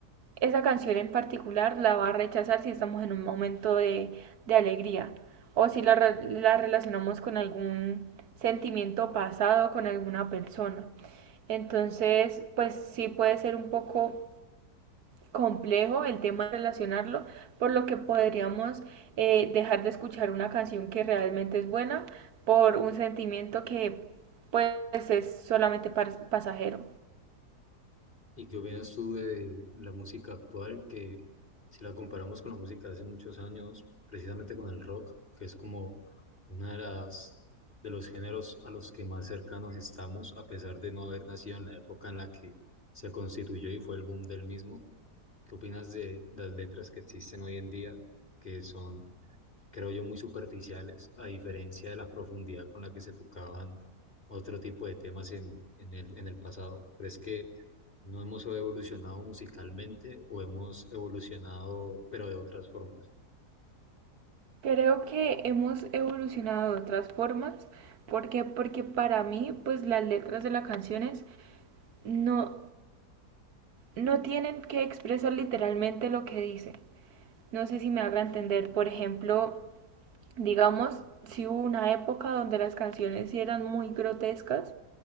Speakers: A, on the right; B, on the left.
A: esa canción en particular la va a rechazar si estamos en un momento de, de alegría o si la, re- la relacionamos con algún sentimiento pasado, con alguna persona. Entonces, pues sí puede ser un poco complejo el tema de relacionarlo, por lo que podríamos eh, dejar de escuchar una canción que realmente es buena por un sentimiento que pues es solamente pas- pasajero.
B: ¿Y qué opinas tú de la música actual que si la comparamos con la música de hace muchos años, precisamente con el rock, que es como una de las de los géneros a los que más cercanos estamos, a pesar de no haber nacido en la época en la que se constituyó y fue el boom del mismo? ¿Qué opinas de las letras que existen hoy en día, que son creo yo, muy superficiales, a diferencia de la profundidad con la que se tocaban otro tipo de temas en, en el, en el pasado. ¿Crees que no hemos evolucionado musicalmente o hemos evolucionado, pero de otras formas?
A: Creo que hemos evolucionado de otras formas, porque porque para mí pues las letras de las canciones no no tienen que expresar literalmente lo que dice. No sé si me haga entender, por ejemplo, digamos, si hubo una época donde las canciones sí eran muy grotescas,